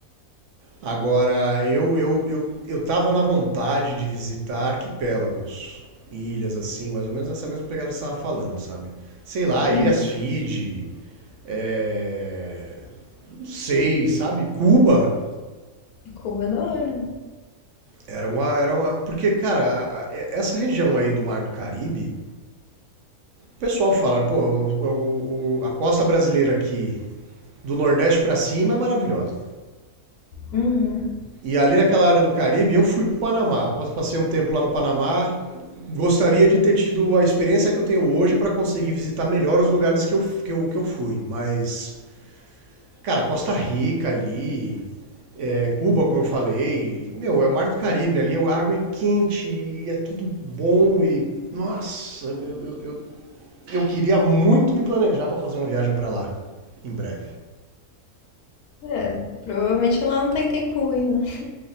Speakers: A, on the right; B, on the left.
A: Agora, eu, eu, eu, eu tava na vontade de visitar arquipélagos, ilhas assim, mais ou menos nessa mesma pegada que você estava falando, sabe? Sei lá,
B: Hum,
A: Ilhas Fiji, é... não sei, sabe? Cuba.
B: Cuba é da hora.
A: Era uma, era uma. Porque, cara, a- a- essa região aí do Mar do Caribe O pessoal fala, pô, o- o- o- a costa brasileira aqui, do Nordeste pra cima, é maravilhosa.
B: Uhum.
A: E ali naquela área do Caribe, eu fui pro Panamá. Passei um tempo lá no Panamá. Gostaria de ter tido a experiência que eu tenho hoje pra conseguir visitar melhor os lugares que eu, que eu, que eu fui. Mas, cara, Costa Rica ali, é, Cuba, como eu falei, meu, é o Mar do Caribe. Ali a água é quente e é tudo bom. E, nossa, eu, eu- eu- Eu queria muito me planejar para fazer uma viagem para lá, em breve.
B: É, provavelmente lá não tem tempo ruim, né?